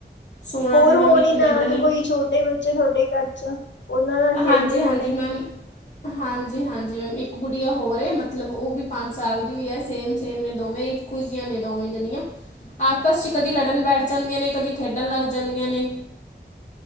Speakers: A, on the left (about 40°); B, on the left (about 80°).
A: ਸੋਣਾ
B: ਹੋਰ
A: ਤੇ ਮੈਮ
B: ਹੋਨੇ
A: ਇੱਕ
B: ਨਾਲ
A: ਮਿੰਟ
B: ਕੋਈ ਛੋਟੇ ਬੱਚੇ ਤੁਹਾਡੇ ਘਰ ਚ ਉਹਨਾਂ ਨਾਲ ਖੇਡਦੇ
A: ਹਾਂਜੀ-ਹਾਂਜੀ
B: ਹੋਣੇ
A: ਮੈਮ, ਹਾਂ ਜੀ ਹਾਂਜੀ ਮੈਮ ਇੱਕ ਗੁੜੀਆ ਹੋਰ ਏ ਮਤਲਬ ਉਹ ਵੀ ਪੰਜ ਸਾਲ ਦੀਉ ਹੋਈ ਆ, ਸੇਮ ਸੇਮ ਨੇ ਦੋਵੇ ਇੱਕੋ ਜਿਹੀਆਂ ਨੇ ਦੋਵੇ ਜਣੀਆਂ, ਆਪਸ ਚ ਕਦੀ ਲੜਨ ਬੈਠ ਜਾਂਦੀਆਂ ਨੇ ਕਦੀ ਖੇਡਣ ਲੱਗ ਜਾਂਦੀਆਂ ਨੇ।